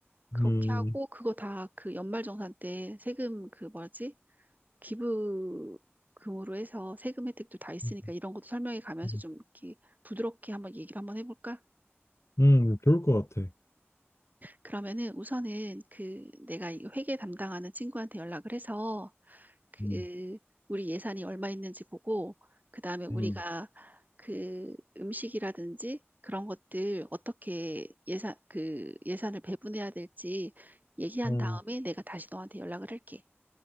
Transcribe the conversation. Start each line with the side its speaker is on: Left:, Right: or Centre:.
Right: 그렇게
Left: 음,
Right: 하고 그거 다 그 연말정산 때 세금 그 뭐지? 기부금으로 해서 세금 혜택도 다 있으니까
Left: 음,
Right: 이런 것도 설명해 가면서
Left: 음,
Right: 좀 이렇게 부드럽게 한번 얘기를 한번 해볼까?
Left: 음, 좋을 것 같아.
Right: 그러면은 우선은 그 내가 이 회계 담당하는 친구한테 연락을 해서 그
Left: 음,
Right: 우리 예산이 얼마 있는지 보고 그다음에 우리가
Left: 음,
Right: 그 음식이라든지 그런 것들 어떻게 예산 그 예산을 배분해야 될지 얘기한
Left: 음,
Right: 다음에 내가 다시 너한테 연락을 할게.